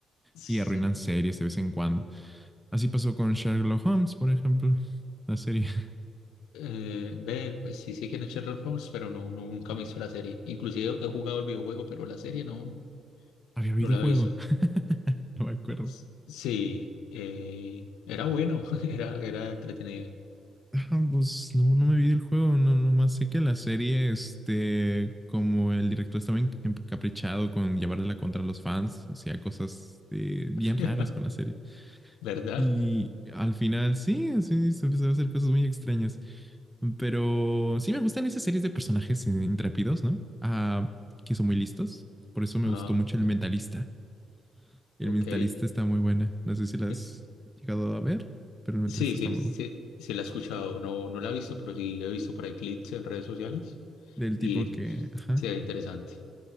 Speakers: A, on the left; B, in the centre.
A: Sí,
B: Y arruinan series de vez en cuando. Así pasó con Sherlock Holmes, por ejemplo, la serie. <laughs>
A: eh, ve, pues sí sé quién es Sherlock Holmes, pero no, no, nunca me he visto la serie. Inclusive he he jugado el videojuego, pero la serie no, no,
B: Había videojuego.
A: no la he visto.
B: <laughs> No me acuerdo.
A: S- Sí, eh, era bueno, <laughs> era, era entretenido,
B: Ah, pues no, no me vi el juego, no, nomás sé que la serie, este, como el director estaba en- encaprichado con llevarla contra los fans, hacía cosas eh,
A: <laughs>
B: bien raras con la serie.
A: ¿verdad?
B: Y al final, sí, sí, se empezó a hacer cosas muy extrañas. Pero sí me gustan esas series de personajes eh, intrépidos, ¿no? Ah, que son muy listos. Por eso me
A: Ah,
B: gustó mucho
A: ok.
B: El Mentalista. El
A: ok.
B: Mentalista está muy buena. No sé si la has
A: Eh,
B: llegado a ver, pero El Mentalista
A: Sí, sí,
B: está muy
A: sí,
B: bueno.
A: sí la he escuchado, no, no la he visto, pero sí he visto por ahí clips en redes sociales
B: Del tipo
A: y
B: que, ajá.
A: se ve interesante.